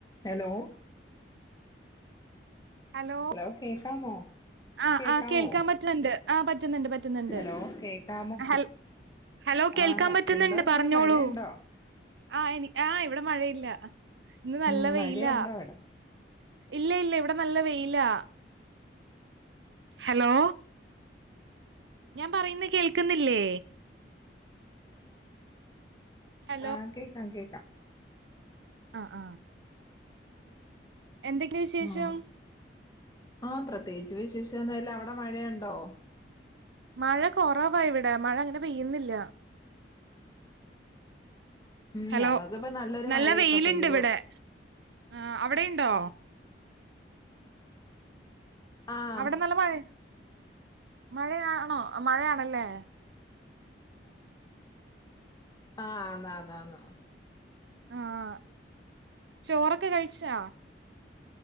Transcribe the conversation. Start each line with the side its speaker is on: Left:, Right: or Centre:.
Left: Hello
Right: hello
Left: hello കേക്കാമോ
Right: ആഹ്
Left: കേക്കാവോ
Right: ആഹ് കേൾക്കാൻ പറ്റുന്നുണ്ട് ആഹ് പറ്റുന്നുണ്ട് പറ്റുന്നുണ്ട്
Left: ഹലോ കേക്കാമോ
Right: ഹലോ ഹലോ കേൾക്കാൻ
Left: ആഹ്
Right: പറ്റുന്നുണ്ട്
Left: എന്തോണ്ട്
Right: പറഞ്ഞോളൂ
Left: മഴയുണ്ടോ
Right: ആ എനി ആ ഇവിടെ മഴയില്ല ഇന്ന് നല്ല
Left: ഉം
Right: വെയിലാ
Left: മഴയുണ്ടോ അവിടെ
Right: ഇല്ല ഇല്ല ഇവിടെ നല്ല വെയിലാ ഹലോ ഞാൻ പറയുന്നേ കേൾക്കുന്നില്ലേ ഹലോ
Left: ആഹ് കേക്കാം കേക്കാം
Right: ആഹ് ആഹ് എന്തൊക്കെ വിശേഷം
Left: ആഹ് ആഹ് പ്രത്യേകിച്ച് വിശേഷം ഒന്നും ഇല്ല അവിടെ മഴയുണ്ടോ
Right: മഴ കൊറവാ ഇവിടെ മഴ അങ്ങനെ പെയ്യുന്നില്ല
Left: ഉം
Right: ഹലോ
Left: ഞങ്ങൾക്കിപ്പ നല്ലൊരു
Right: നല്ല
Left: മഴയൊക്കെ
Right: വെയിലുണ്ട്
Left: പെയ്തു
Right: ഇവിടെ ആ അവിടെയുണ്ടോ
Left: ആഹ്
Right: അവിടെ നല്ല മഴ മഴയാണോ മഴയാണല്ലേ
Left: ആഹ് ന്നാ ന്നാ ന്ന്
Right: ആഹ് ചോറൊക്കെ കഴിച്ചാ